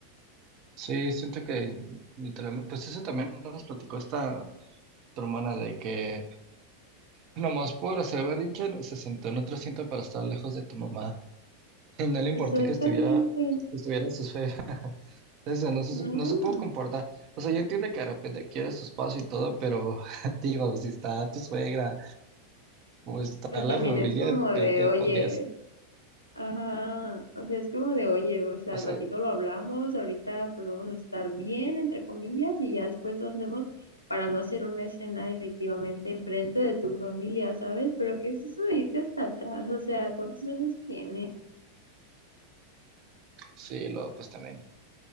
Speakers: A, on the right; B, on the left.
A: Sí, siento que literalmente, pues eso también nos platicó esta tu hermana de que nomás por hacer berrinche no- se sentó en otro asiento para estar lejos de tu mamá. <laughs> No le importó
B: Exactamente.
A: que estuviera, que estuviera en su esfera. <laughs> Entonces, no se,
B: No.
A: no se pudo comportar. O sea, yo entiendo que de repente quiere su espacio y todo, pero <laughs> digo, si está tu suegra o está
B: Pues
A: la
B: también
A: familia,
B: es como de,
A: creo que
B: oye,
A: podrías,
B: Ajá, o sea, es como de, oye, o sea,
A: o
B: al
A: sea,
B: ratito lo hablamos, ahorita pues vamos a estar bien, entre comillas, y ya después lo hacemos para no hacer una escena efectivamente enfrente de tu familia, ¿sabes? Pero ¿qué es eso de irte hasta atrás? O sea, ¿cuántos años tienes?
A: sí, luego pues también.